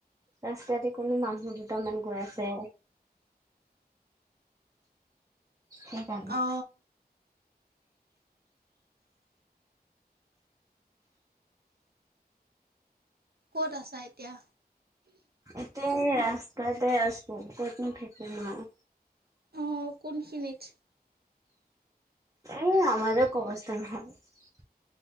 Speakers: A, on the right; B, on the right.
A: ৰাস্তাতে কোনো মানুহ দুটামান গৈ আছে। সেইকাৰণে।
B: অ ক'ত আছা এতিয়া?
A: এতিয়া ৰাস্তাতে আছো, কতনো থাকিম আৰু।
B: অ কোনখিনিত?
A: এই আমাৰ কঅৱস্থা নহয়।